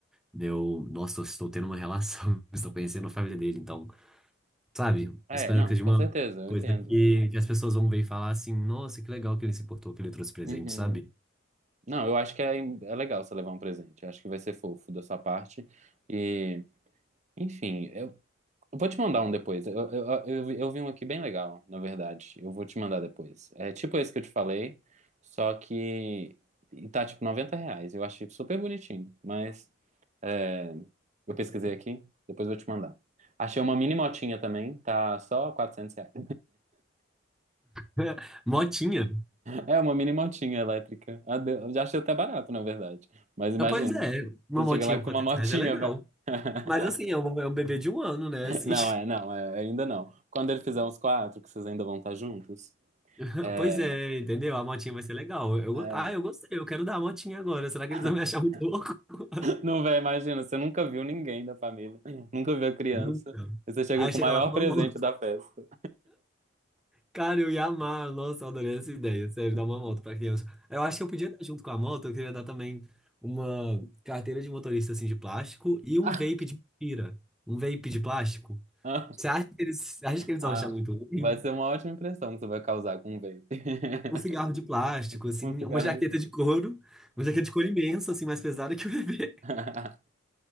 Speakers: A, in the centre; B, on the right (about 35°).
A: meu, nossa, eu estou tendo uma relação, <laughs> estou conhecendo a família dele, então Sabe? Eu
B: É,
A: Espero
B: não,
A: que seja
B: com
A: uma
B: certeza, eu
A: coisa
B: entendo.
A: que, que as pessoas vão ver e falar assim: nossa, que legal que ele se portou, que ele trouxe presente,
B: Uhum.
A: sabe?
B: Não, eu acho que é, é legal você levar um presente. Eu acho que vai ser fofo da sua parte. E, enfim, eu, eu vou te mandar um depois. Eu, eu, eu, vi eu vi um aqui bem legal, na verdade. Eu vou te mandar depois. É tipo esse que eu te falei, só que e tá tipo 90 reais. Eu achei super bonitinho, mas é, eu pesquisei aqui, depois eu vou te mandar. Achei uma mini motinha também, tá só quatrocentos. reais.
A: <laughs> Motinha.
B: É uma mini motinha elétrica. Ah, de- Eu já achei até barato, na verdade. Mas imagina,
A: Ah, Pois é, uma
B: você
A: motinha
B: chega lá
A: com
B: com
A: 400
B: uma motinha,
A: reais é legal.
B: velho. <laughs>
A: Mas assim, é um, é um bebê de um ano, né? Assim,
B: Não, é, não, é, ainda não. Quando ele fizer uns quatro, que vocês ainda vão estar juntos,
A: <laughs>
B: é,
A: pois é, entendeu? A motinha vai ser legal. Eu,
B: é.
A: ah, eu gostei, eu quero dar a motinha agora. Será que
B: <laughs>
A: eles vão me achar muito louco? <laughs>
B: Não, velho, imagina, você nunca viu ninguém da família, nunca viu a criança,
A: Nunca.
B: e você chega
A: Aí
B: com
A: chega
B: o maior
A: lá com
B: presente
A: uma moto.
B: da festa.
A: Cara, eu ia amar. Nossa, eu adorei essa ideia. Sério,
B: <laughs>
A: dar uma moto pra criança. Eu acho que eu podia dar junto com a moto, eu queria dar também uma carteira de motorista assim de plástico e um
B: Ah,
A: vape de mentira. Um vape de plástico.
B: ah,
A: Você acha que eles, acha que eles
B: ah,
A: vão achar muito ruim?
B: vai ser uma ótima impressão que você vai causar com um vape. <laughs>
A: Um cigarro de plástico, assim,
B: Um cigarro
A: uma jaqueta
B: de vape.
A: de couro, uma jaqueta de couro imensa, assim, mais pesada que o bebê.
B: <laughs>